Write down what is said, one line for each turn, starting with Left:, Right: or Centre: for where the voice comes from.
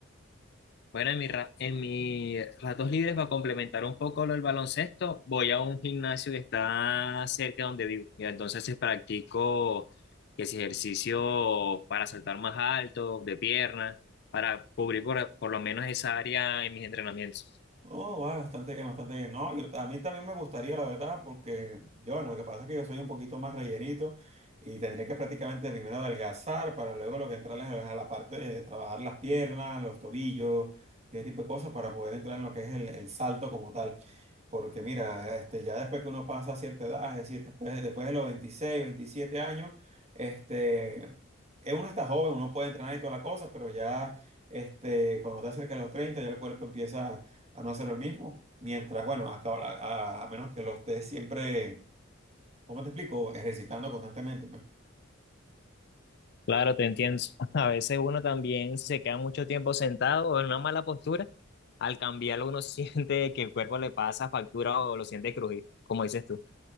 Left: Bueno, en mi ra- en mis ratos libres, para complementar un poco lo del baloncesto, voy a un gimnasio que está cerca de donde vivo. Y entonces sí, practico que es ejercicio para saltar más alto, de pierna, para cubrir por, por lo menos esa área en mis entrenamientos.
Right: No, va bastante bien, bastante bien. No, yo, a mí también me gustaría, la verdad, porque yo, bueno, lo que pasa es que yo soy un poquito más rellenito y tendría que prácticamente primero adelgazar para luego lo que entrarles es a la parte de trabajar las piernas, los tobillos y ese tipo de cosas para poder entrar en lo que es el, el salto como tal. Porque mira, este, ya después que uno pasa a cierta edad, es decir, después, después de los 26 27 años, este, eh, uno está joven, uno puede entrenar y toda la cosa, pero ya este, cuando está cerca de los 30 ya el cuerpo empieza a no hacer lo mismo. Mientras, bueno, acá- a, a- a menos que lo estés siempre, ¿cómo te explico? Ejercitando constantemente. pues.
Left: Claro, te entiendo. <laughs> A veces uno también se queda mucho tiempo sentado o en una mala postura. Al cambiarlo uno <laughs> siente que el cuerpo le pasa factura o lo siente crujir, como dices tú.